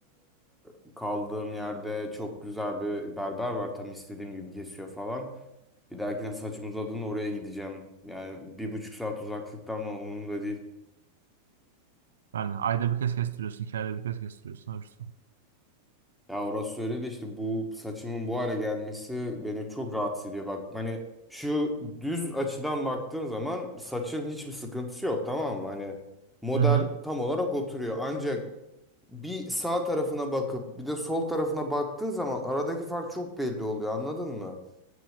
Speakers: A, in the centre; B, on the right (about 65°).
A: e, kaldığım yerde çok güzel bir berber var tam istediğim gibi kesiyor falan. Bir dahakine saçım uzadığında oraya gideceğim. Yani bir buçuk saat uzaklıkta ama umurumda değil.
B: Yani ayda bir kez kestiriyorsun, iki ayda bir kez kestiriyorsun. Öyle bir şey.
A: Ya orası öyle de işte bu saçımın bu hale gelmesi beni çok rahatsız ediyor. Bak hani şu düz açıdan baktığın zaman saçın hiçbir sıkıntısı yok tamam mı? Hani model
B: Hı hı.
A: tam olarak oturuyor. Ancak bir sağ tarafına bakıp bir de sol tarafına baktığın zaman aradaki fark çok belli oluyor anladın mı?